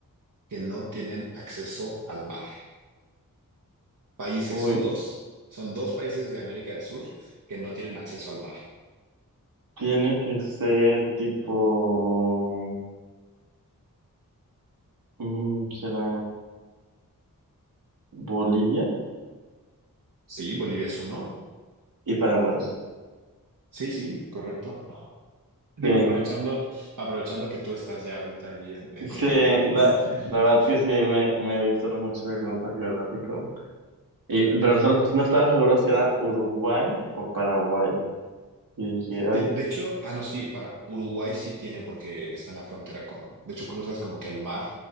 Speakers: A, on the right; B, on the right.
A: que no tienen acceso al mar? Países,
B: Uy,
A: son dos. Son dos países de América del Sur que no tienen acceso al mar.
B: tiene que ser tipo... mm, ¿Será Bolivia
A: Sí, Bolivia es uno.
B: y Paraguay?
A: Sí, sí, correcto. Digo,
B: Sí,
A: aprovechando, aprovechando que tú estás ya ahorita ahí en, en
B: sí,
A: Colombia.
B: la,
A: <laughs>
B: la verdad que sí, me, me he visto mucho el mapa geográfico. Y, pero solo- no estaba seguro si era Uruguay o Paraguay. Y dije, ay,
A: De, de hecho, ah, no, sí, para Uruguay sí tiene porque está en la frontera con, de hecho, cruzas como que el mar